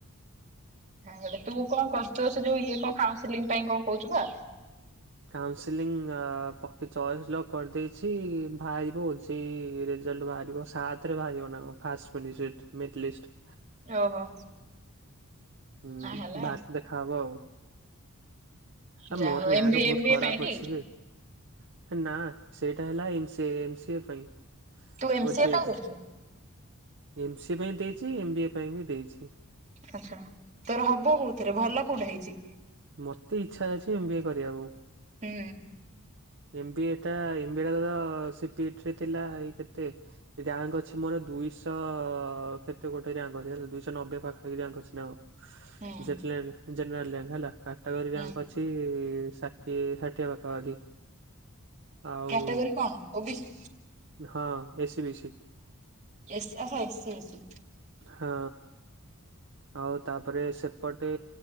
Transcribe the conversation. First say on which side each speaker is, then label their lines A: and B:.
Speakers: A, on the right; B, on the right.
A: <unintelligible> ତୁ କଣ କରୁ ତୋ ସେ ଯୋଉ ଇଏ କଣ କାଉଁସିଲିଂ ପାଇଁ କଣ କହୁଚୁ ପା।
B: କାଉଁସିଲିଙ୍ଗ ଆ ପକେଇ ଚଏସ ଲକ କରିଦେଇଛି ବାହାରିବ ଓ ଏଇ ରେଜଲ୍ଟ ବାହାରିବ ସାତରେ ବାହାରିବ ନା କ ଫାଷ୍ଟ <unintelligible> ମେରିଟ୍ ଲିଷ୍ଟ।
A: ଓହୋ।
B: ହୁଁ
A: ହଁ ହେଲା
B: ବାରେ
A: ଆଉ
B: ଦେଖା ହବ ଆଉ। ଆ
A: ଯା
B: ମୋର
A: ହଉ
B: ରିୟାଙ୍କ
A: ଏମ ବି
B: ବହୁତ୍
A: ଏମ ବି
B: ଖରାପ
A: ଏ ପାଇଁ ଟି
B: ଅଛି ବେ। ହେ ନା ସେଇଟା ହେଲା M C A M C A ପାଇଁ।
A: ତୁ ଏମ
B: ଓଜେଇଟା
A: ସି ଏ ପାଇଁ କରୁଛୁ।
B: ଏମ୍ ସି ଏ ପାଇଁ ଦେଇଚି ଏମ୍ ବି ଏ ପାଇଁ ବି ଦେଇଛି।
A: ଆଛା ତୋର ହବ କୋଉଥିରେ ଭଲ କୋଉଟା ହେଇଚି?
B: ମତେ ଇଚ୍ଛା ଅଛି ଏମ୍ ବି ଏ କରିବାକୁ।
A: ହୁଁ।
B: ଏମ୍ ବି ଏ ଟା ଏମ୍ ବି ଏ ଟା ତ ସି ପି ଇ ଟି ରେ ଥିଲା ଏଇ କେତେ ରିୟାଙ୍କ ଅଛି ମୋର ଦୁଇଶଅ କେତେ ଗୋଟେ ରିୟାଙ୍କ ଅଛି ହେ ଦୁଇଶହ ନବେ ପାଖାପାଖି ରିୟାଙ୍କ ଅଛି ନା ଆଉ। <unintelligible>
A: ହୁଁ
B: ଜେନେରାଲ ରିୟାଙ୍କ ହେଲା କାଟାଗରି
A: ହୁଁ
B: ରିୟାଙ୍କ ଅ ଛି ଷାଠିଏ ଷାଠିଏ ପାଖାପାଖି। ଆଉ
A: କ୍ୟାଟାଗୋରୀ କଣ ଓ ବି ସି?
B: ହଁ ଏସି ବି ସି।
A: ଏସ୍ ଏହେ ଏ ସି ବି ସି
B: ହଁ। ଆଉ ତାପରେ ସେପଟେ